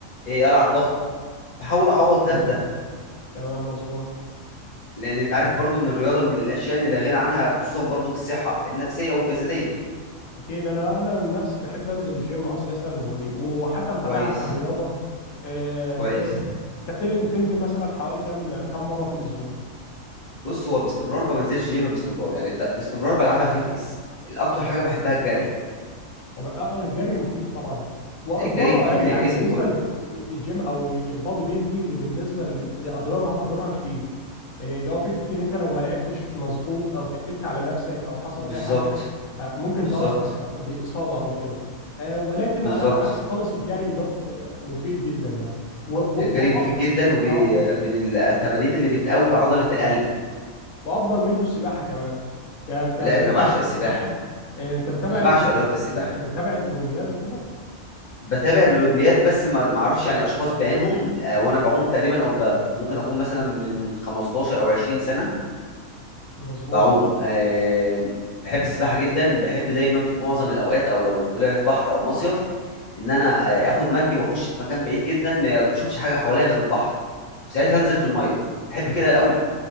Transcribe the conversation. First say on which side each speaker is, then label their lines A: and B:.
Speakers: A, on the left; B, on the left.
A: إيه العب
B: اه
A: ضغط بحاول اعوض ده في ده
B: تمام مظبوط
A: لان انت عارف برضو ان الرياضه من الاشياء اللي لا غنى عنها خصوصا برضو في الصحه النفسيه والجسديه
B: اكيد انا انا من نفسي بحب انزل الجيم اساسا و- وحتى متابعها
A: كويس
B: كرياضه آه،
A: كويس
B: بت... انت بتل... بتنزل مثلا حوالي كم كم مره في الاسبوع
A: بص هو باستمرار ما بنزلش جيم باستمرار يعني ابدا باستمرار بلعبها فيتنس الاكتر
B: امم
A: حاجه بحبها الجري
B: تمام اه آه، الجري مفيد طبعا واضراره
A: الجري مفيد
B: اقل
A: للجسم
B: يعني بالنسبه
A: كله
B: للجيم او البادي بيلدينج بالنسبه ل- لاضرارها اضرارها كتير إيه، اللي هو فكره ان انت لو ما لعبتش مظبوط او تقلت على نفسك او حصل
A: بالظبط
B: اي حاجه آه، ممكن
A: بالظبط
B: تاثر باصابه او كده آه، ولكن
A: بالظبط
B: على العكس خالص الجري دوت آه، مفيد جدا يعني و و
A: الجري
B: و اه
A: مفيد جدا وبي
B: آه،
A: من التمارين اللي بتقوي عضله القلب
B: وافضل منه السباحه كمان ك- كرياضه
A: لا انا بعشق
B: السباحه
A: السباحه
B: آه، انت بتتابع
A: انا بعشق
B: ال-
A: رياضه السباحه
B: بت- بتتابع الاولمبياد وكده
A: بتابع الاولمبياد بس ما ما اعرفش يعني اشخاص بعينهم آه، وانا بعوم
B: مم،
A: تقريبا او ب... ممكن اكون مثلا من 15 او 20 سنه
B: مظبوط
A: بعوم آه، بحب السباحه جدا بحب دايما في معظم الاوقات او لو طلعت بحر او مصيف ان انا آه، اخد مركب واخش في مكان بعيد جدا ما اشوفش حاجه حواليا غير البحر وساعتها انزل في الميه بحب كده قوي